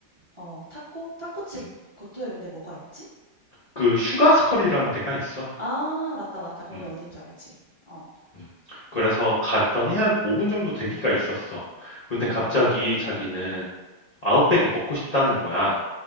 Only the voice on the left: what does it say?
음.
그 슈가스컬이라는 데가 있어.
음,
음. 그래서 갔더니 한 5분 정도 대기가 있었어. 근데
갑자기 자기는 아웃백이 먹고 싶다는 거야.